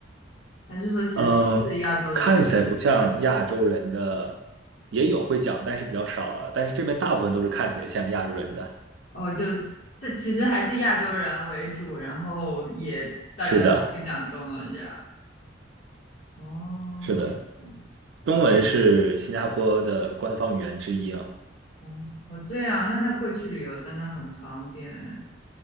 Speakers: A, on the left (about 80°); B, on the right (about 75°).
A: 还是说其实都是亚洲人为主？
B: 嗯，看起来不像亚洲人的，也有会讲，但是比较少了。但是这边大部分都是看起来像亚洲人的。
A: 哦，就这其实还是亚洲人为主，然后也大家都会讲中文这样。
B: 是的，
A: 哦，
B: 是的，
A: 哦
B: 中文是新加坡的官方语言之一啊。
A: 哦，哦这样，那那过去旅游真的很方便呢。